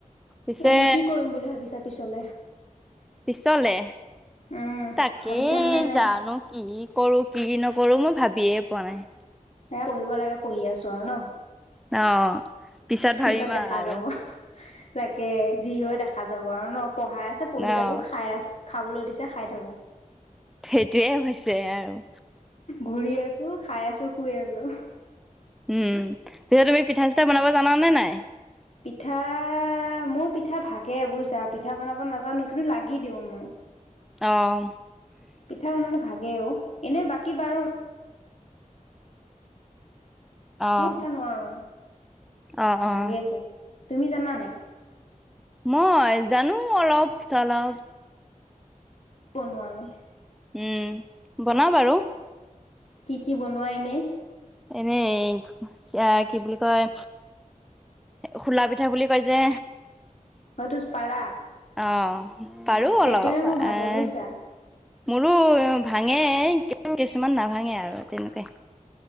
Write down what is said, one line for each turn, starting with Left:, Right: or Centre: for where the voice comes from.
Centre: পিছে
Left: এনে কি কৰিম বুলি ভাবিছা পিছত
Centre: পিছলে
Left: উম,
Centre: তাকেই
Left: ভাবিছানে নাই?
Centre: জানো কি কৰো কি নকৰো মই ভাবিয়ে পোৱা নাই
Left: এ পঢ়িব লাগে পঢ়ি আছো আৰু ন
Centre: অ'। ভাবিম
Left: পিছত দেখা
Centre: আৰু।
Left: যাব তাকে যি হয় দেখা যাব আৰু ন পঢ়াই আছে পঢ়ি থাকো
Centre: অ'।
Left: খাই আ খাবলৈ দিছে খাই থাকো
Centre: সেইটোয়ে হৈছে আৰু
Left: ঘূৰি আছোঁ খাই আছোঁ শুই আছোঁ
Centre: উম পি তুমি পিঠা চিঠা বনাব জানা নে নাই
Left: পিঠা মোৰ পিঠা ভাগে বুজিছা পিঠা বনাব নাজানো কিন্তু লাগি দিওঁ মই
Centre: অআ
Left: পিঠা বনালে ভাগেই অ, এনে বাকী বাৰু
Centre: অ',
Left: মোৰ পিঠা নোৱাৰো,
Centre: অ', অ'।
Left: ভাগেই খুব। তুমি জানা নাই?
Centre: মই জানো অলপ-চলপ।
Left: বনোৱা নো?
Centre: উম বনাও বাৰু।
Left: কি-কি বনোৱা এনে?
Centre: এনেই আ, কি বুলি কয়? খোলা পিঠা বুলি কয় যে?
Left: হয়তো পাৰা
Centre: অ', পাৰো
Left: সেইটোহে
Centre: অলপ
Left: মোৰ ভাগে
Centre: আহ,
Left: বুজিছা
Centre: মোৰো ভাঙে কিছুমান নাভাঙে আৰু তেনেকুৱাই।